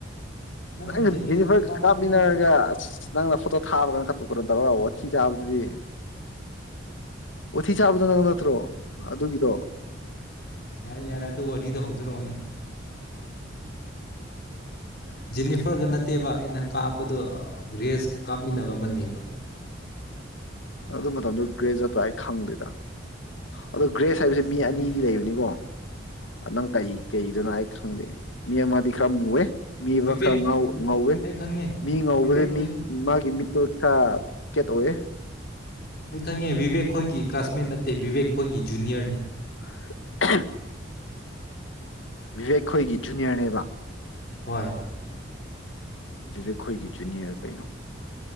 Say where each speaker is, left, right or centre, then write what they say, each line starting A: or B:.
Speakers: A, on the left; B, on the left.
A: ꯅꯪ
B: ꯅꯪꯅ
A: ꯖꯦꯅꯤꯐꯔꯒ
B: ꯖꯤꯅꯤꯐꫪꯒ
A: ꯀꯥꯞꯄꯗꯨꯗꯤ
B: ꯀꯥꯞꯃꯤꯟꯅꯔꯒ ꯅꯪꯅ ꯐꯣꯇꯣ꯫ ꯊꯥꯕ ꯀꯥꯟ ꯀꯥꯇꯨ ꯀꯥꯔꯟ ꯇꯧꯔꯒ ꯇꯥꯕꯗꯨꯗꯤ꯫ ꯋꯥꯊꯤ ꯆꯥꯕꯗꯣ ꯅꯪ ꯅꯠꯇ꯭ꯔꯣ ꯑꯗꯨꯒꯤꯗꯣ꯫
A: ꯌꯥꯔꯦ ꯌꯥꯔꯦ ꯑꯗꯨ ꯋꯥꯔꯤꯗꫭ ꯍꯧꯗꯣꯔꯛꯑꯅꯨ ꯖꯤꯅꯤꯐꯔꯒ ꯅꯠꯇꯦꯕ ꯑꯩꯅ ꯀꯥꯞꯄꯗꯣ ꯒ꯭ꯔꯦꯁꯀ ꯀꯥꯞꯃꯤꯟꯅꯕꯃ <unintelligible> <unintelligible>
B: ꯑꯗꯨ ꯃꯇꯝꯗꯨꯣ ꯒ꯭ꯔꯦꯖꯇ ꯄꯨꯔꯥ ꯑꯩ ꯈꯪꯗꯦꯏꯗ꯫ ꯑꯗꯣ ꯒ꯭ꯔꯦꯁ ꯍꯥꯏꯕꯁꯦ
A: ꯑꯁ
B: ꯃꯤ
A: ꯑꯗꯨꯗꯤ
B: ꯑꯅꯤꯗꯤ ꯂꯩꯕꯅꯤꯀꯣ꯫ ꯅꯪ ꯀꯩ ꯀꯩ ꯏꯗꯨꯅꫭ ꯑꯩ ꯈꯪꯗꯦ ꯃꯤ ꯑꯃꯗꯤ ꯈꯔ ꯃꯨꯑꯦ꯫ ꯃꯤ
A: ꯚꯤꯕꯦꯛ
B: ꯑꯃ ꯈꯔ ꯉꯧꯋꯦ
A: ꯑꯩ ꯈꯪꯉꯦ
B: ꯃꯤ ꯉꯧꯕꯁ
A: ꯚꯤꯕꯦꯛ ꯈꯣꯏ
B: ꯃꯤ ꯃꯥꯒꯤ ꯃꯤꯠꯇꫭ꯫ ꯈ <unintelligible> ꯇꯣꯌꯦ꯫
A: ꯑꯩ ꯈꯪꯉꯦ ꯕꯤꯕꯦꯛ ꯈꯣꯏꯒꯤ ꯀ꯭ꯂꯥꯁꯃꯦꯠ ꯅꯠꯇꯦ ꯕꯤꯕꯦꯛ ꯈꯣꯏꯒꯤ ꯖꯨꯅꯤꯌꫪꯅꯤ꯫
B: <unintelligible> ꯕꯤꯕꯦꯛ ꯈꯣꯏꯒꯤ ꯖꯨꯅꯤꯌꫪꯅꯦꯕ꯫
A: ꯍꯣꯏ꯫
B: ꯚꯕꯤꯕꯦꯛꯈꯣꯏꯒꯤ ꯖꯨꯅꯤꯌꯔ ꯀꯩꯅꯣ